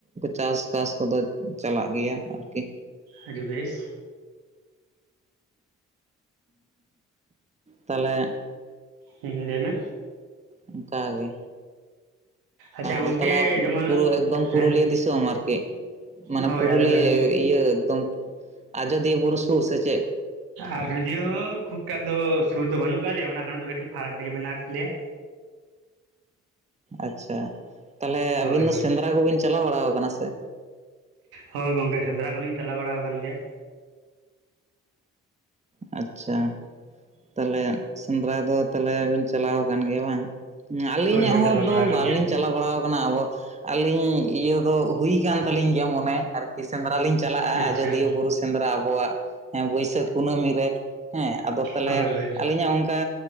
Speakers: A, on the right; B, on the right.
A: ᱪᱟᱥᱵᱟᱥ ᱠᱚᱫᱚ ᱪᱟᱞᱟᱜ ᱜᱮᱭᱟ ᱟᱨᱠᱤ
B: ᱟᱹᱰᱤ ᱵᱮᱥ
A: ᱛᱟᱦᱞᱮ
B: ᱦᱮᱸ ᱞᱟᱹᱭ ᱢᱮ
A: ᱚᱱᱠᱟ ᱜᱮ
B: ᱟᱪᱪᱷᱟ ᱜᱚᱝᱠᱮ
A: ᱦᱚ ᱛᱟᱦᱞᱮ
B: ᱡᱮᱢᱚᱱ
A: ᱯᱩᱨᱟ. ᱮᱠᱫᱚᱢ ᱯᱩᱨᱩᱞᱤᱭᱟᱹ
B: ᱦᱮᱸ
A: ᱫᱤᱥᱚᱢ ᱟᱨᱠᱤ ᱢᱟᱱᱮ
B: ᱦᱳᱭ
A: ᱯᱩᱨᱩᱞᱤᱭᱟᱹ
B: ᱟᱞᱮ ᱫᱚ ᱮᱠᱫᱚᱢ
A: ᱤᱭᱟᱹ ᱮᱠᱫᱚᱢ ᱟᱡᱚᱫᱤᱭᱟᱹ ᱵᱩᱨᱩ ᱥᱩᱨ ᱥᱮ ᱪᱮᱫ
B: ᱟᱨ ᱡᱳᱫᱤᱭ ᱦᱚᱸ ᱠᱷᱩᱵᱴᱟᱜ ᱫᱚ ᱥᱩᱨ ᱫᱚ ᱵᱟᱹᱱᱩᱜ ᱟᱠᱟᱫ ᱞᱮᱭᱟ ᱚᱱᱟ ᱠᱷᱚᱡ ᱫᱚ ᱠᱟᱹᱴᱤᱡ ᱯᱷᱟᱨᱟᱠ ᱨᱮᱜᱮ ᱢᱮᱱᱟᱜ ᱟᱠᱟᱫ ᱞᱮᱭᱟ
A: ᱟᱪᱪᱷᱟ ᱛᱟᱦᱞᱮ
B: ᱦᱳᱭ
A: ᱟᱹᱵᱤᱱ ᱫᱚ
B: ᱦᱳᱭ
A: ᱥᱮᱸᱫᱽᱨᱟ ᱠᱚᱵᱤᱱ ᱪᱟᱞᱟᱣ ᱵᱟᱲᱟ ᱠᱟᱱᱟ ᱥᱮ
B: ᱦᱳᱭ ᱜᱚᱝᱠᱮ ᱥᱮᱸᱫᱽᱨᱟ ᱠᱚᱞᱤᱧ ᱪᱟᱞᱟᱣ ᱵᱟᱲᱟ ᱟᱠᱟᱱ ᱜᱮᱭᱟ
A: ᱟᱪᱪᱷᱟ ᱛᱟᱦᱞᱮ ᱥᱮᱸᱫᱽᱨᱟ ᱫᱚ ᱛᱟᱦᱞᱮ ᱵᱮᱱ ᱪᱟᱞᱟᱣ ᱟᱠᱟᱱ ᱜᱮᱭᱟ ᱵᱟᱝ ᱟᱹᱞᱤᱧᱟᱜ
B: ᱦᱳᱭ ᱦᱳᱭ
A: ᱦᱚᱸ
B: ᱪᱟᱞᱟᱣ
A: ᱫᱚ
B: ᱵᱟᱲᱟ ᱟᱠᱟᱱ
A: ᱵᱟᱞᱤᱧ
B: ᱜᱮᱭᱟᱞᱤᱧ
A: ᱪᱟᱞᱟᱣ ᱵᱟᱲᱟ ᱠᱟᱱᱟ ᱟᱵᱚ ᱟᱹᱞᱤᱧ ᱤᱭᱟᱹ ᱫᱚ ᱦᱩᱭ ᱠᱟᱱ ᱛᱟᱞᱤᱧ ᱜᱮᱭᱟ ᱢᱚᱱᱮ ᱟᱨᱠᱤ ᱥᱮᱸᱫᱽᱨᱟ ᱞᱤᱧ ᱪᱟᱞᱟᱜᱼᱟ
B: ᱟᱪᱪᱷᱟ
A: ᱟᱡᱚᱫᱤᱭᱟᱹ ᱵᱩᱨᱩ ᱥᱮᱸᱫᱽᱨᱟ ᱟᱵᱚᱣᱟᱜ ᱵᱟᱹᱭᱥᱟᱹᱠᱷ ᱠᱩᱱᱟᱹᱢᱤ ᱨᱮ ᱦᱮᱸ ᱟᱫᱚ ᱛᱟᱦᱚᱞᱮ
B: ᱦᱳᱭ ᱦᱳᱭ
A: ᱟᱹᱞᱤᱧᱟᱜ ᱚᱱᱠᱟ